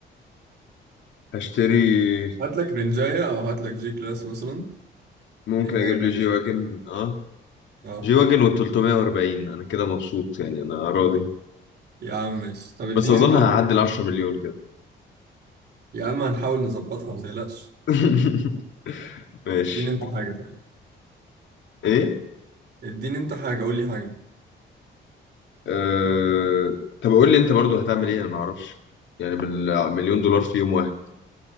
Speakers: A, on the left; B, on the right.
A: هشتري
B: هات لك رنجاية او هات لك جي كلاس مثلا
A: ممكن
B: اي حاجة
A: أجيب
B: غالية
A: لي جي
B: شوية
A: واجن آه
B: اه
A: جي واجن و 340 انا كده مبسوط يعني انا راضي
B: يا عم ماشي طب اديني
A: بس اظن
B: انت مثلا
A: هعدي ال 10 مليون كده
B: يا عم هنحاول نظبطها ما والله تقلقش
A: <laughs> ماشي
B: اديني انت حاجة طيب
A: ايه
B: اديني انت حاجة قول لي حاجة
A: أه... طب قول لي انت برضو هتعمل ايه انا ما اعرفش يعني بالمليون دولار في يوم واحد